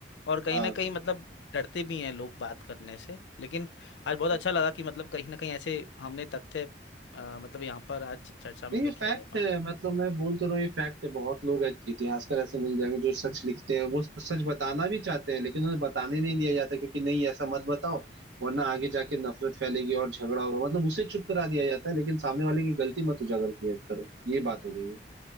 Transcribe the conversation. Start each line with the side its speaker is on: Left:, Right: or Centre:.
Left: और कहीं
Right: हाँ
Left: ना कहीं मतलब डरते भी हैं लोग बात करने से लेकिन
Right: बाकी
Left: आज बहुत अच्छा लगा कि मतलब कहीं ना कहीं ऐसे हमने तथ्य अ, मतलब यहाँ पर आज चर्चा में
Right: नहीं
Left: लेके
Right: ये फैक्ट
Left: आए अपन
Right: है
Left: लोग
Right: मतलब मैं बोल तो रहा हूँ ये फैक्ट है बहुत लोग ऐ- इतिहासकार ऐसे मिल जाएंगे जो सच लिखते हैं वो सच बताना भी चाहते हैं लेकिन उन्हें बताने नहीं दिया जाता क्योंकि नहीं ऐसा मत बताओ वरना आगे जाके नफरत फैलेगी और झगड़ा होगा मतलब उसे चुप करा दिया जाता है लेकिन सामने वाले की गलती मत उजागर किया करो ये बात हो गई